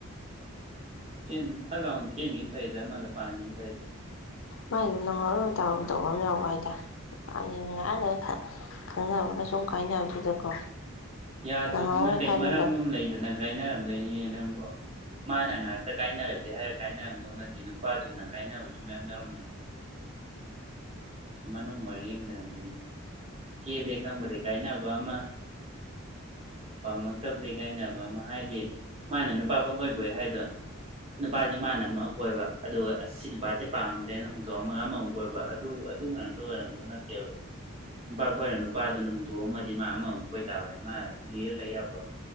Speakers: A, on the right (about 30°); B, on the left (about 70°).
A: ꯆꯦꯟ ꯐꯠ ꯂꯥꯎ ꯆꯦꯟꯒꯤꯕꯅ ꯐꯩꯗ ꯑꯃꯗ ꯄꯥꯟꯒꯤꯕꯅ ꯐꯩꯗ
B: ꯃꯥꯏꯗꯣ ꯅꯪ ꯍꯧꯔꯣꯢ ꯃꯇꯥꯒꯨꯝ ꯇꯧꯕ ꯑꯃ ꯌꯥꯎꯕ ꯍꯥꯏꯇꯥꯔꯦ ꯄꯥꯅꯤꯉꯤ ꯉꯥꯛ ꯂꯩꯔ ꯈꯪꯅꯕꯒꯩ ꯁꯨꯝ ꯀꯥꯏꯅꯕꯗꯨꯗꯀꯣ
A: ꯌꯥꯗꯗꯅ
B: ꯅꯪꯍꯧꯔꯣꯏ
A: ꯀꯩ
B: ꯈꯟꯕ
A: ꯃꯔꯝ ꯑꯃ ꯂꯩꯗꯅ ꯀꯥꯏꯅꯔꯝꯗꯣꯏꯅꯦ ꯅꯪꯕꯣ ꯃꯥꯅ ꯉꯥꯛꯇ ꯀꯥꯏꯅꯔꯁꯦ ꯍꯥꯏꯔꯒ ꯀꯥꯏꯅꯔꯝꯗꯧ ꯅꯠꯇꯦ ꯅꯨꯄꯥꯗꯨꯅ ꯀꯥꯏꯅꯕꯁꯨ ꯃꯌꯥꯝ ꯌꯥꯎꯔꯝꯗꯣꯏꯅꯤ ꯃꯅꯨꯡ ꯋꯥꯔꯤ ꯑꯃ ꯂꯩꯔꯝꯗꯣꯏꯅꯤ ꯆꯦꯜꯂꯦ ꯈꯪꯕꯗꯩ ꯀꯥꯏꯅꯕ ꯑꯃ ꯄꯥꯝꯃꯛꯇꯕꯗꯩ ꯀꯥꯏꯅꯕ ꯑꯃ ꯍꯥꯏꯗꯤ ꯃꯥꯅ ꯅꯨꯄꯥ ꯄꯡꯀꯣꯏ ꯀꯣꯏ ꯍꯥꯏꯗꯣ ꯅꯨꯄꯥꯁꯦ ꯃꯥꯅ ꯑꯃ ꯀꯣꯏꯕ ꯑꯗꯨꯒ ꯑꯁ ꯁꯤ ꯅꯨꯄꯥꯁꯦ ꯄꯥꯝꯗ꯭ꯔꯦꯅ ꯍꯨꯟꯇꯣꯛꯑꯃꯒ ꯑꯃꯃꯨꯛ ꯀꯣꯏꯕ ꯑꯗꯨ ꯑꯗꯨ ꯉꯥꯛꯇ ꯑꯣꯏꯔꯝꯗꯧ ꯅꯠꯇꯦꯕ ꯅꯨꯄꯥ ꯀꯣꯏꯔ ꯅꯨꯄꯥꯗꯨꯅ ꯍꯨꯟꯇꯣꯛꯑꯝꯃꯗꯤ ꯃꯥ ꯑꯃꯃꯨꯛ ꯀꯣꯏ ꯇꯥꯕꯅꯤ ꯃꯥ ꯂꯤꯔ ꯂꯩ ꯌꯥꯕ꯭ꯔꯣ